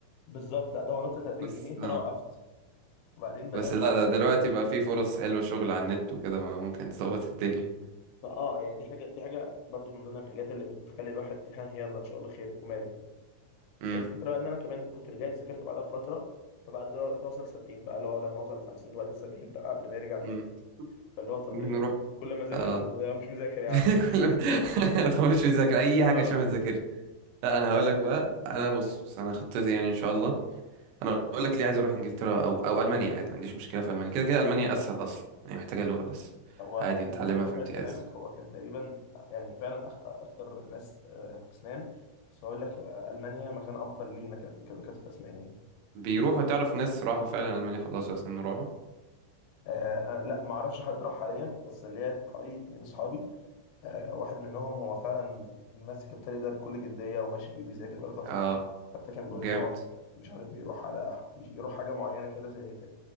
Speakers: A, on the left (about 80°); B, on the right (about 85°).
A: بالظبط لا ده هو نط ل 30
B: بس
A: جنيه فانا
B: اه
A: وقفت وبعدين بدات
B: بس لا
A: بعدها-
B: ده دلوقتي بقى في فرص حلوة شغل على النت وكده ما ممكن تظبط الدنيا
A: اه يعني دي حاجه دي حاجه برضو من ضمن الحاجات اللي بتخلي الواحد ها يلا ان شاء الله خير وماله
B: امم
A: الفكره بقى ان انا كمان كنت رجعت ذاكرت بعدها بفتره فبقى الدولار وقتها وصل 70 بقى اللي هو لما وصل 50 وبعدين 70 بقى قبل ما يرجع تاني
B: امم
A: فاللي هو طب
B: نروح
A: ايه يعني كل ما اذاكر
B: اه
A: لا، مش مذاكر يا
B: <laughs>
A: عم
B: كل
A: <laughs>
B: <laughs> ما تخش تذاكر اي حاجة
A: اه
B: عشان ما تذاكرش لا انا هقول لك بقى انا بص بص انا خطتي يعني ان شاء الله انا هقول لك ليه عايز اروح انجلترا او او المانيا عادي ما عنديش مشكله في المانيا كده كده المانيا اسهل اصلا يعني محتاجه لغه بس
A: هو
B: عادي
A: يعني
B: نتعلمها
A: من غير مقاطعة
B: في امتياز
A: كلامك هو كان تقريبا يعني فعلا أخ... اكتر الناس آه، في اسنان بس بقول لك المانيا مكان افضل لينا ك- ك- كدكاتره اسنان يعني
B: بيروحوا تعرف ناس راحوا فعلا المانيا خلصوا سنين راحوا
A: آه آه، لا ما اعرفش حد راح حاليا بس ليا حوالي اتنين صحابي آه واحد منهم هو فعلا ماسك الطريق ده بكل جديه وماشي فيه بيذاكر بقاله فتره
B: اه
A: حتى كان بيقول ان
B: جامد
A: هو مش عارف بيروح على يروح حاجه معينه كده زي يت-